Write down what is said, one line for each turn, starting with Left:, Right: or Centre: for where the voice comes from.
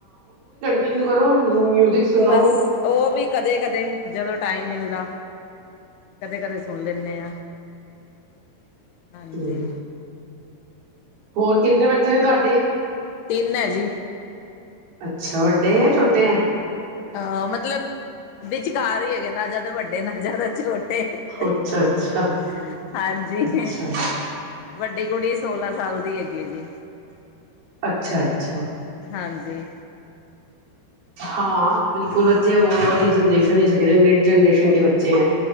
Right: ਤਨੂੰ ਕਰੋ। ਮਿਊਜਿਕ ਸੁਣੋ
Left: ਬਸ ਉਹ ਵੀ ਕਦੇ ਕਦੇ। ਜਦੋਂ ਟਾਈਮ ਮਿਲਦਾ। ਕਦੇ ਕਦੇ ਸੁਣ ਲੈਂਨੇ ਆ। <inaudible> ਹਾਂਜੀ।
Right: ਹੂੰ, ਹੋਰ ਕਿੰਨੇ ਬੱਚੇ ਨੇ ਤੁਹਾਡੇ।
Left: ਤਿੰਨ ਹੈ ਜੀ।
Right: ਅੱਛਾ। ਵੱਡੇ ਹੈ, ਛੋਟੇ ਹੈ।
Left: ਅਹ ਮਤਲਬ ਬ ਘਰ ਹੀ ਹੈਗੇ ਨਾ ਜ਼ਿਆਦਾ ਵੱਡੇ ਨਾ ਜ਼ਿਆਦਾ ਰੋਟ
Right: ਅੱਛਾ-ਅੱਛਾ
Left: <inaudible> ਹਾਂਜੀ।
Right: ਅੱਛਾ
Left: ਵੱਡੀ ਕੁੜੀ ਸੋਲਾਂ ਸਾਲ ਦੀ ਹੈਗੀ ਹੈ ਜੀ।
Right: ਅੱਛਾ -ਅੱਛਾ।
Left: ਹਾਂਜੀ।
Right: ਹਾਂ। ਬਿਲਕੁਲ ਬੱਚੇ ਉਹ ਵਾਲੀ ਜਨਰੇਸ਼ਨ ਹੀ ਗ ਮਿਡ ਜਨਰੇਸ਼ਨ ਕੇ ਬੱਚੇ ਹੈ।